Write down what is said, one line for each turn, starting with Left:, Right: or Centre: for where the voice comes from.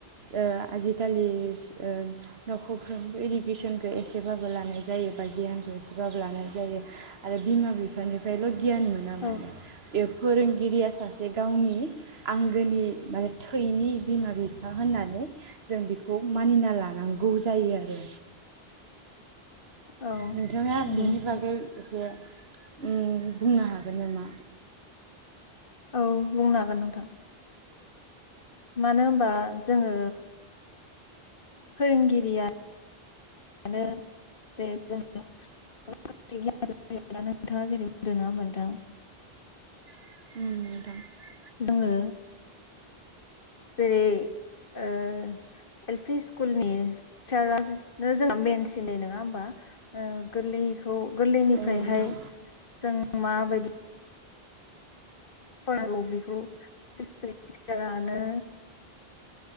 Right: ओ आजिखालि ओ न'खरफ्रोमबो इडुगेसनखौ एसेबाबो लानाय जायो बा गियानखौ एसेबाबो लानाय जायो आरो बिमा बिफानिफ्राय लग गियान मोना माने
Left: औ
Right: फोरोंगिरिया सासे गावनि आंगोनि माने थैनि बिमा बिफा होननानै जों बेखौ मानिना लानांगौ जायो आरो
Left: औ
Right: नोंथाङा
Left: नंगौ
Right: बिनि
Left: नोंथां
Right: बागै एसे उम बुंनो हागोन नामा
Left: औ बुंनो हागोन नोंथां मानो होनबा जोङो फोरोंगिरिया सानो जे जों माखासे गियानयो नोंथाङा जेरै बुंदों नोङा होमबा नोंथां
Right: <unintelligible>
Left: जोङो जेरै ओ एल पि स्कुलनि टिचारनो जोंना मेन सिन नङा होमबा ओ गोरलै खौ गोरलैनिफ्रायहाय
Right: औ नोंथां
Left: जों माबायदि फरायनांगौ बेखौ स्कुलनि टिचारानो